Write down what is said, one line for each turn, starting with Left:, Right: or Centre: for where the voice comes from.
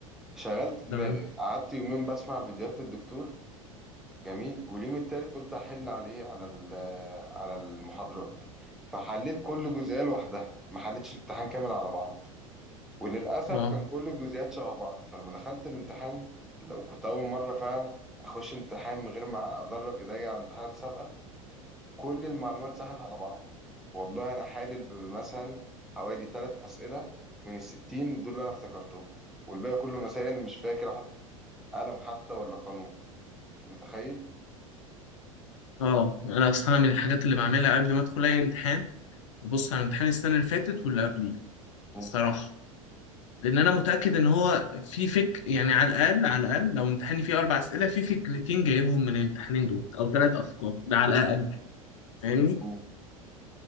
Centre: شغلت دماغي
Left: تمام
Centre: قعدت يومين بسمع فيديوهات الدكتور جميل واليوم التالت قلت أحل على إيه على ال- على المحاضرات فحليت كل جزئية لوحدها ما حليتش امتحان كامل على بعض وللأسف
Left: اه
Centre: كان كل الجزئيات شبه بعض فلما دخلت الامتحان لا، وكنت أول مرة فعلا أخش امتحان من غير ما أدرب إيديا على امتحانات سابقة كل المعلومات ساحت على بعض والله انا حالل بمثلا حوالي ثلاث اسئله من الستين دول اللي انا افتكرتهم والباقي كله مسائل مش فاكر احط قلم حتى ولا قانون انت متخيل
Left: اه انا اصلا أنا من الحاجات اللي بعملها قبل ما ادخل اي امتحان ببص على امتحان السنه اللي فاتت واللي قبليه
Centre: مم.
Left: الصراحه لان انا متاكد ان هو في فك يعني على الاقل على الاقل لو امتحاني فيه اربع اسئله في فكرتين جايبهم من الامتحانين دول او ثلاث افكار ده على الاقل فاهمني
Centre: مم.